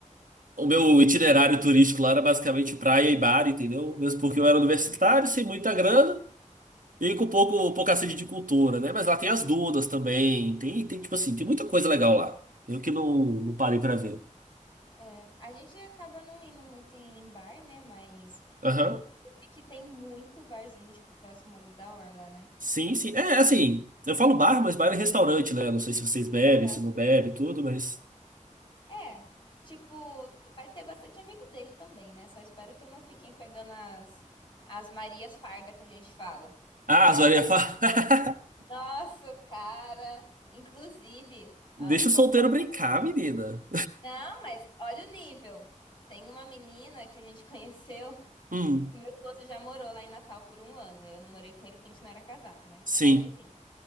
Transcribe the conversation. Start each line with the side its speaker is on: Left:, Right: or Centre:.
Right: o meu itinerário turístico lá era basicamente praia e bar, entendeu? Mesmo porque eu era universitário, sem muita grana. E com pouco, pouca sede
Left: Hum.
Right: de cultura, né? Mas lá tem as dunas também. Tem, tem tipo assim, tem muita coisa legal lá. Eu que não, não parei pra ver.
Left: É, a gente acaba não indo muito em bar, né? Mas
Right: Aham.
Left: eu, eu vi que tem muito barzinho, tipo, próximo ali da Orla, né?
Right: Sim, sim. É, assim,
Left: E-
Right: eu falo bar, mas bar é restaurante, né? Não sei se vocês bebem,
Left: Aham.
Right: se não bebem, tudo, mas.
Left: É, tipo, vai ter bastante amigo dele também, né? Só espero que não fiquem pegando as, as Marias Farda que a gente fala.
Right: Ah,
Left: Que lá
Right: as
Left: em
Right: varinhas
Left: Natal
Right: falam.
Left: tem bastante.
Right: <laughs>
Left: Nossa, cara! Inclusive,
Right: Deixa
Left: a fanfoca.
Right: o solteiro brincar, menina.
Left: Não, mas olha o nível. Tem uma menina que a gente <laughs> conheceu.
Right: Hum,
Left: Que meu esposo já morou lá em Natal por um ano. Eu não morei com ele porque a gente não era casado, né?
Right: sim.
Left: Mas enfim,